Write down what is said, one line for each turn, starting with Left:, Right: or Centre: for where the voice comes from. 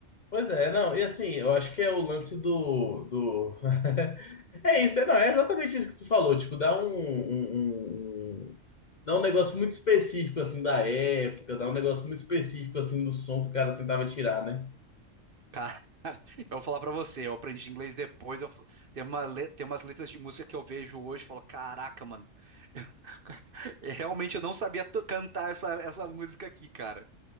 Left: Pois é, não, e assim, eu acho que é o lance do, do... <laughs> É isso, é, não, é exatamente isso que tu falou, tipo, dá um, um, um- um, dá um negócio muito específico, assim, da época, dá um negócio muito específico, assim, do som que o cara tentava tirar, né?
Right: Cara, <laughs> eu vou falar pra você, eu aprendi inglês depois, eu, tem uma, le- tem umas letras de música que eu vejo hoje e falo, caraca, mano, <laughs> eu- realmente eu não sabia to- cantar essa, essa música aqui, cara.